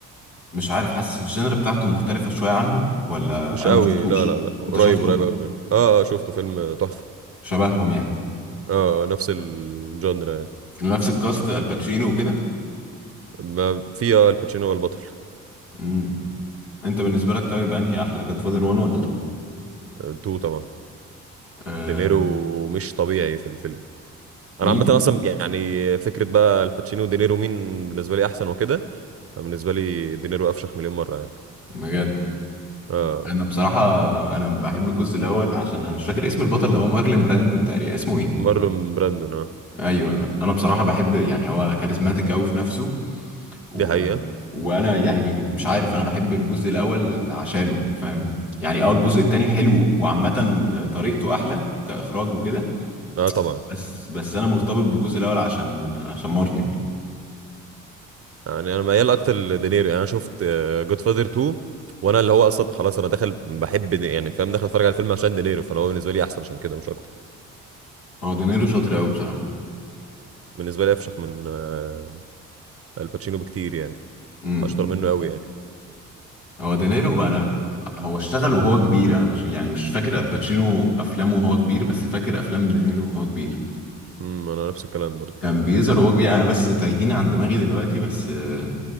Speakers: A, on the left; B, on the right.
A: مش عارف حاسس الجنر بتاعته مختلفه شويه عنهم ولا
B: مش
A: انا
B: قوي
A: ما شفتوش
B: لا لا لا قريب
A: انت شفته
B: قريب قوي منه اه آه، شفته فيلم تحفه
A: شبههم يعني
B: اه آه، نفس الجانر يعني
A: نفس الكاست الباتشينو وكده
B: ما في اه الباتشينو هو البطل
A: امم انت بالنسبه لك طيب انهي احلى جاد فاذر 1 ولا 2
B: آه، تو طبعا
A: آه
B: دينيرو مش طبيعي في الفيلم
A: مين
B: انا عامه اصلا يعني فكره بقى الباتشينو ودينيرو مين بالنسبه لي احسن وكده بالنسبه لي دينيرو افشخ مليون مره يعني
A: بجد
B: اه
A: انا بصراحه انا بحب الجزء الاول عشان انا مش فاكر اسم البطل اللي هو مارلين براندن تقريبا اسمه ايه
B: مارلون براندون اه
A: ايوه انا بصراحه بحب يعني هو كاريزماتيك قوي في نفسه و...
B: دي حقيقه
A: وانا يعني مش عارف انا بحب الجزء الاول عشانه فاهم يعني اه الجزء التاني حلو وعامه طريقته احلى كاخراج وكده
B: اه طبعا
A: بس بس انا مرتبط بالجزء الاول عشان عشان مارلين يعني.
B: يعني انا ميال اكتر لدينيرو يعني انا شفت جود فاذر 2 وانا اللي هو اصلا خلاص انا داخل بحب دي- يعني فاهم داخل اتفرج على الفيلم عشان دينيرو فهو بالنسبه لي احسن عشان كده مش اكتر
A: هو دينيرو شاطر قوي بصراحه
B: بالنسبه لي افشخ من آه الباتشينو بكتير يعني
A: امم
B: اشطر منه قوي يعني
A: هو دينيرو انا هو اشتغل وهو كبير انا مش يعني مش فاكر الباتشينو افلامه وهو كبير بس فاكر افلام دينيرو وهو كبير
B: امم انا نفس الكلام برضه
A: كان بيظهر وهو كبير انا بس تايهين عن دماغي دلوقتي بس آه،